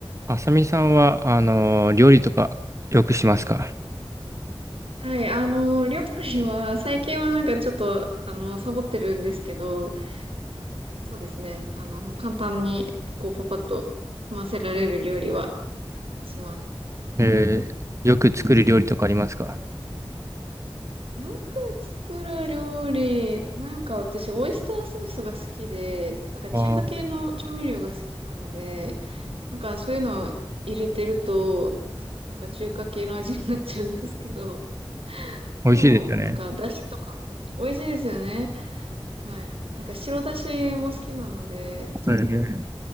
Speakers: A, on the right; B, on the right.
A: あさみさんは、あのー料理とかよくしますか
B: はい、あの、料理は、最近はなんかちょっと、あの、サボってるんですけど、あそうですね。あの、簡単に、こう、パパッと済ませられる料理はします。
A: えーよく作る料理とかありますか
B: よく作る料理、なんか私、オイスターソースが好きで、なんか中華系の調味料が好きなので、
A: ああー、
B: なんかそういうのを入れてると、なんか中華系の味になっちゃうんですけど、
A: 美味しいですよね。
B: でも、なんか、だしとかも美味しいですよね。はい。なんか白だしも好きなので、ちょっと、
A: え